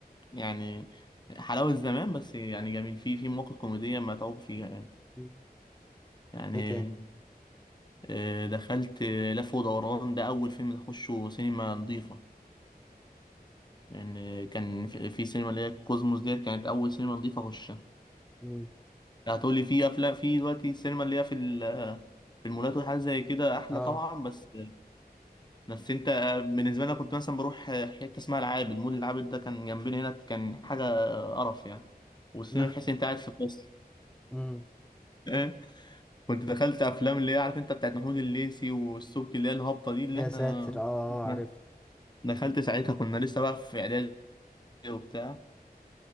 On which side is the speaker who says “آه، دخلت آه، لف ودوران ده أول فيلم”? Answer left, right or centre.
Left